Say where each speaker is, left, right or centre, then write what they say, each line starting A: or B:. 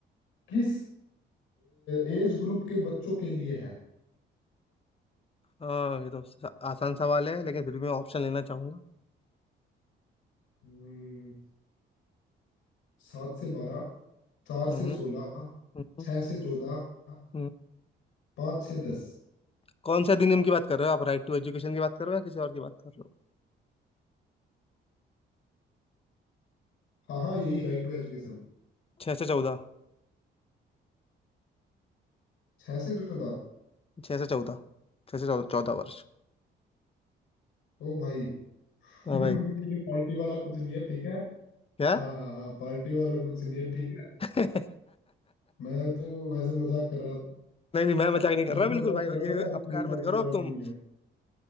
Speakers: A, on the left; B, on the left.
A: किस एज ग्रुप के बच्चों के लिए है
B: हाँ ये तो स- आसान सवाल है लेकिन फिर भी मैं ऑप्शन लेना चाहूंगा
A: हम्म, सात से बारह चार से
B: हम्म
A: सोलह
B: हम्म,
A: छह से चौदह
B: हम्म।
A: पाँच से दस
B: कौन से अधिनियम की बात कर रहे हो आप राइट टू एजुकेशन की बात कर रहे हो या किसी और की बात कर रहे हो
A: हाँ हाँ यही राइट टू एजुकेशन
B: छह से चौदह
A: छह से चौदह
B: छह से चौदह छह से चौदह चौदह वर्ष
A: ओ भाई <laughs>
B: हाँ भाई
A: ये पार्टी वाला कुछ नहीं है ठीक है
B: क्या
A: हाँ हाँ हाँ पार्टी वाला कुछ नहीं है ठीक है
B: <laughs> नहीं
A: मैं तो वैसे मजाक कर रहा था
B: नहीं मैं मजाक नहीं कर
A: मैं
B: रहा
A: तो
B: बिल्कुल
A: मजाक
B: भाई
A: कर रहा
B: ये
A: था अभी
B: अपकार
A: कोई पार्टी
B: मत करो
A: वार्टी
B: अब तुम
A: नहीं है